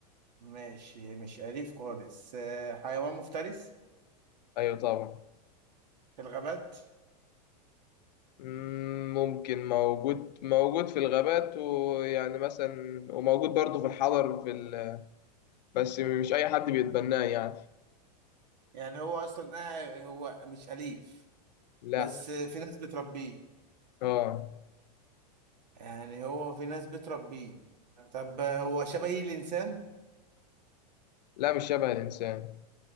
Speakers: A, on the right; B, on the left.
A: ماشي مش أليف خالص آه، حيوان مفترس
B: ايوه طبعا
A: في الغابات
B: مم، ممكن موجود موجود في الغابات ويعني مثلا وموجود برضه في الحضر في ال... بس مش أي حد بيتبناه يعني
A: يعني هو أصلا آه، هو مش أليف
B: لا
A: بس آه، في ناس بتربيه
B: اه
A: يعني هو في ناس بتربيه طب آه، هو شبه الإنسان
B: لا مش شبه الإنسان